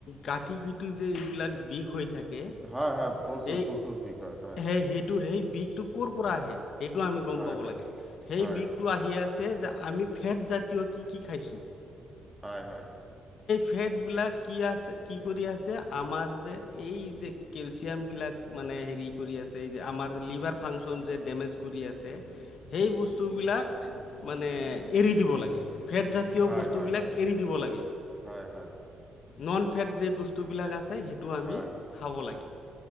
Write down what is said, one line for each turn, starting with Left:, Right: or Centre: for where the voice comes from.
Left: কাঠি কিটো যে এইবিলাক বিষ হৈ থাকে।
Centre: হয় হয় প্ৰচুৰ
Left: এই,
Centre: প্ৰচুৰ বিষ হয় হয়
Left: সেই সেইটো সেই। বিষটো কৰ' পৰা আহে সেইটো আমি গম
Centre: হয়
Left: পাব লাগে, সেই
Centre: হয়
Left: বিষটো আহি আছে। যে আমি ফেটজাতীয় কি কি খাইছোঁ।
Centre: হয় হয়।
Left: ফেট বিলাক কি আছে কি কৰি আছে, আমাৰ যে এই যে কেলচিয়াম বিলাক মানে। হ, কৰি আছে যে আমাৰ লিভাৰ ফাংচন যে ডেমেজ। কৰি আছে, সেই বস্তুবিলাক মানে এৰি দিব লাগে। ফেটজাতীয়
Centre: হয়
Left: বস্তুবিলাক
Centre: হয় হয়
Left: এৰি দিব লাগে।
Centre: হয় হয়
Left: নন ফেট য বস্তুবিলাক আছে সেইটো আমি
Centre: হয়
Left: খাব লাগে।